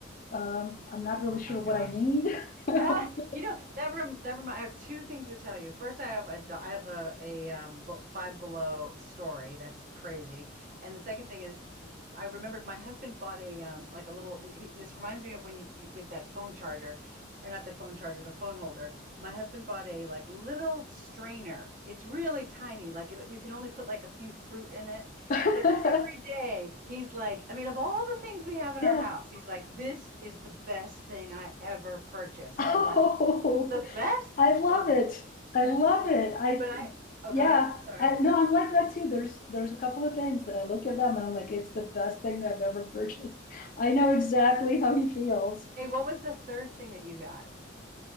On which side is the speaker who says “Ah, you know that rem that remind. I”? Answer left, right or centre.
Right